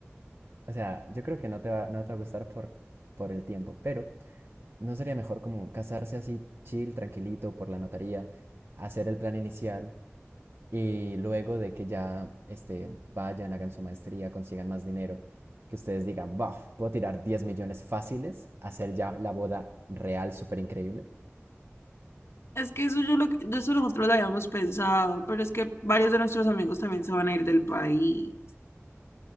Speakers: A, on the right (about 55°); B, on the left (about 65°).
A: o sea, yo creo que no te va, no te va a gustar por, por el tiempo, pero ¿No sería mejor como casarse así chill, tranquilito, por la notaría, hacer el plan inicial y luego de que ya este, vayan, hagan su maestría, consigan más dinero, que ustedes digan, buf, puedo tirar 10 millones fáciles, hacer ya la boda real súper increíble?
B: Es que eso yo lo, que- eso nosotros lo habíamos pensado, pero es que varios de nuestros amigos también se van a ir del país.